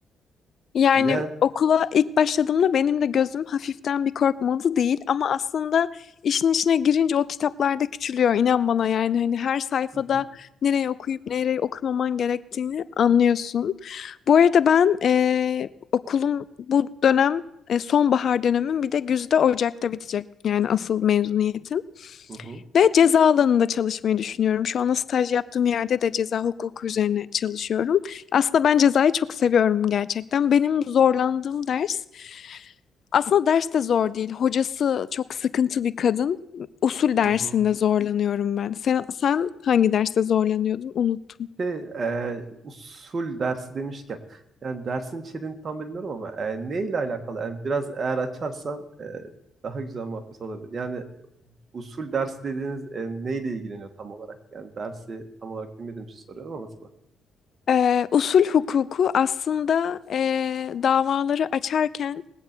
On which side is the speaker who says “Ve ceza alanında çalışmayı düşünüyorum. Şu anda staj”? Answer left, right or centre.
Left